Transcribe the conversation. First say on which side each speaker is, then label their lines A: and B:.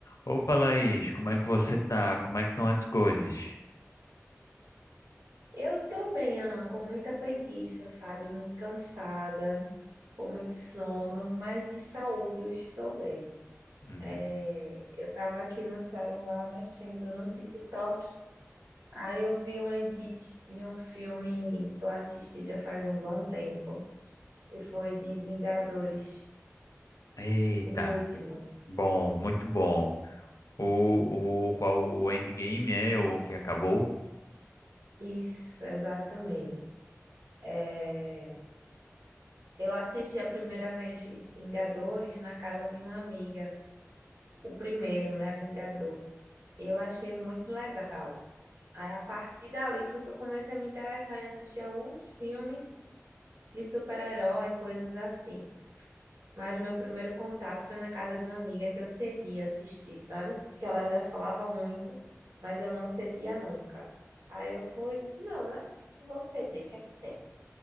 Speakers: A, on the left; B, on the right.
A: Opa, Laís, como é que você tá? Como é que estão as coisas?
B: Eu tô bem, Alan, com muita preguiça, sabe? Muito cansada, com muito sono, mas de saúde eu estou bem.
A: Uhum.
B: É, eu tava aqui no celular mexendo no TikTok, aí eu vi um edit de um filme que eu assisti já faz um bom tempo, que foi de Vingadores,
A: Eita,
B: o último.
A: bom, muito bom. O, o qual o Endgame é o que acabou?
B: Isso, exatamente. É, eu assisti a primeira vez Vingadores na casa de uma amiga, o primeiro, né, Vingador. Eu achei muito legal. Aí a partir dali foi que eu comecei a me interessar em assistir alguns filmes de super-herói, coisas assim. Mas meu primeiro contato foi na casa de uma amiga que eu cedia assistir, sabe? Que ela já falava muito, mas eu não cedia nunca. Aí eu fui e disse, não, né? Não vou ceder, o que é que tem?